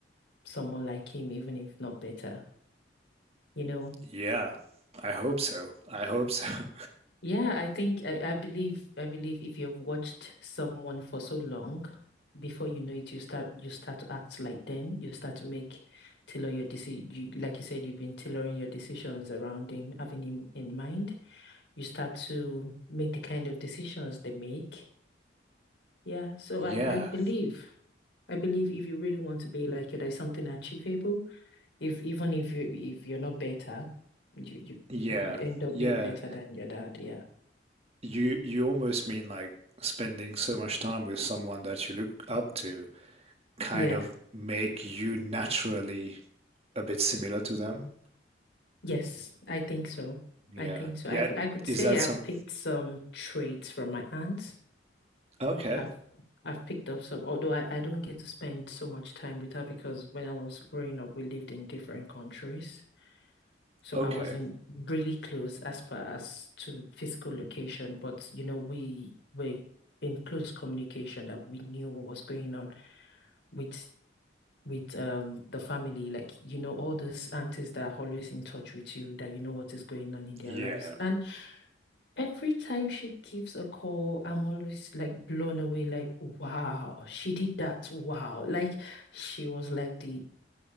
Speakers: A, on the left; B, on the right.
A: someone like him, even if not better, you know.
B: Yeah, I hope so. I hope so. <laughs>
A: Yeah, I think I, I believe I believe if you've watched someone for so long, before you know it, you start you start to act like them. You start to make tailor your decision. You, like you said, you've been tailoring your decisions around him, having him in mind. You start to make the kind of decisions they make. Yeah, so
B: Yeah,
A: I I believe I believe if you really want to be like you, there's something achievable. If even if you if you're not better, you you
B: yeah,
A: you could end up
B: yeah.
A: being better than your dad. Yeah,
B: You you almost mean like spending so much time with someone that you look up to kind
A: yeah.
B: of make you naturally a bit similar to them.
A: Yes, I think so.
B: Yeah.
A: I think so.
B: Yeah.
A: I, c- I could
B: Is
A: say
B: that some?
A: I picked some traits from my aunt.
B: Okay.
A: I've I've picked up some, although I, I don't get to spend so much time with her because when I was growing up, we lived in different countries. So
B: Okay.
A: I wasn't really close as far as to physical location, but you know, we were in close communication that we knew what was going on with with um the family like you know all those aunties that are always in touch with you that you know what is going on in their
B: Yeah.
A: lives and Every time she gives a call, I'm always like blown away, like, wow, she did that. Wow. Like she was like the